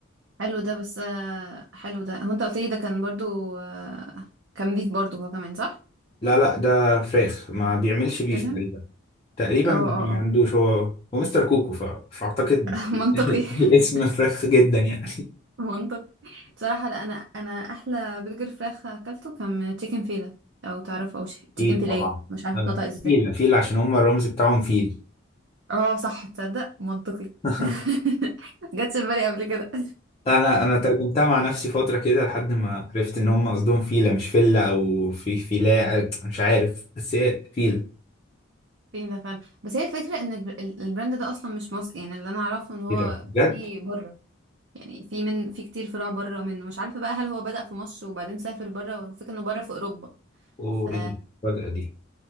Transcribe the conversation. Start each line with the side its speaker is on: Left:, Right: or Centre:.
Right: حلو ده بس آه، حلو ده هو انت قلت لي ده كان برضو آه، كان بيف برضو هو كمان صح
Left: لا لا ده فراخ ما بيعملش بيف
Right: تشيكن
Left: تقريبا تقريبا
Right: اه
Left: ما
Right: اه اه
Left: عندوش هو هو مستر كوكو ف... فاعتقد
Right: <laughs> منطقي
Left: <laughs> الاسم
Right: <laughs>
Left: فراخ جدا يعني
Right: منطقي بصراحة لا انا انا احلى برجر فراخ اكلته كان من تشيكن فيلا او تعرفه او
Left: اكيد
Right: تشيكن فيليه
Left: طبعا
Right: مش عارفة
Left: اه
Right: اتنطق ازاي
Left: فيل فيل عشان هم الرمز بتاعهم فيل
Right: اه صح تصدق منطقي
Left: <laughs>
Right: <laughs> جاتش في بالي قبل كده
Left: لا انا انا ترجمتها مع نفسي فترة كده لحد ما عرفت ان هم قصدهم فيلة مش فيلة او في فيلاء مش عارف بس هي فيلة
Right: <laughs> فيلا فعلا بس هي الفكرة ان الب- ال- البراند ده اصلا مش مصري يعني اللي انا اعرفه ان هو
Left: ايه ده بجد
Right: في بره يعني في من في كتير فروع بره منه مش عارفة بقى هل هو بدأ في مصر وبعدين سافر بره فكرة انه بره في اوروبا
Left: اوه
Right: ف
Left: ايه ده الفجأة دي